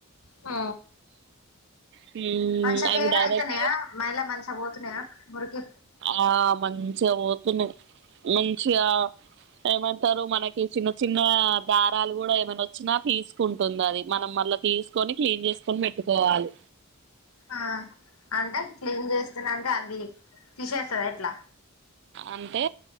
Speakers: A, on the left (about 80°); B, on the right (about 55°).
A: ఆ...
B: హ్మ్
A: మంచిగ
B: అవి
A: క్లీన్
B: డైరెక్ట్
A: అయితున్నయా మైలా మంచ బోతున్నాయా మురికి
B: ఆ మంచిగా పోతున్నాయ్ మంచిగా ఏమంటారు మనకి ఈ చిన్న చిన్న దారాలు కూడా ఏమైనా వచ్చినా తీసుకుంటుంది అది మనం మళ్ళ తీసుకొని క్లీన్ చే స్కుని బెట్టుకోవాలి
A: ఆ అంటే క్లీన్ చేస్తన్నంటే అంది తీసేస్తద ఎట్లా
B: అంటే